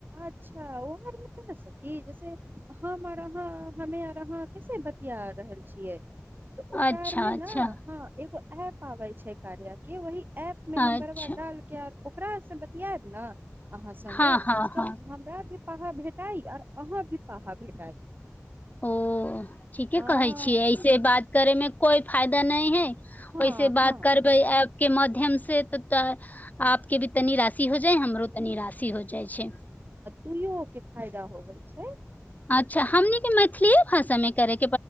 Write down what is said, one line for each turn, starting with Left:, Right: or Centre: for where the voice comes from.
Right: अच्छा ओह न हेतय सखी जैसे हम आरहाँ हमे आर अहाँ कैसे बतिया रहल छियै तऽ ओकरा
Left: अच्छा
Right: आर मे
Left: अच्छा
Right: ने हँ एगो आ पाबै छै कार्य क वही ऐप मे
Left: अच्छा
Right: नंबरवा डाल के ओकरासँ बतियाएब ने अहाँ संगे
Left: हँ हँ
Right: तऽ
Left: हँ
Right: हमरा भ पाहा भेटाइ आर अहाँ भी पाहा भेटाइ
Left: ओ ठीके
Right: हँ
Left: कहै छियै ऐसे बात करे मे कोइ फाय नहि है ओहिस
Right: हँ हँ
Left: बात करबै के माध्यम से त त आपके भी तनी राशि हो जाए हमरो तनी राशि हो जाए जाइ छै
Right: दुूयो के फायदा होवे छै
Left: अच्छा हमनी के मैथिलीए भाषा मे करय